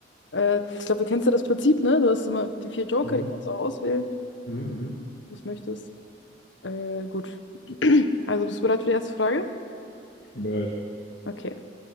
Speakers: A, on the left (about 85°); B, on the left (about 60°).
A: Äh, ich glaube, du kennst ja das Prinzip, ne? Du hast immer die vier Joker,
B: Mhm.
A: die kannst du auch auswählen,
B: Mhm. Mhm.
A: was du möchtest. Äh, gut. <clears throat> Also bist du bereit für die erste Frage?
B: Ich bin bereit.
A: Okay.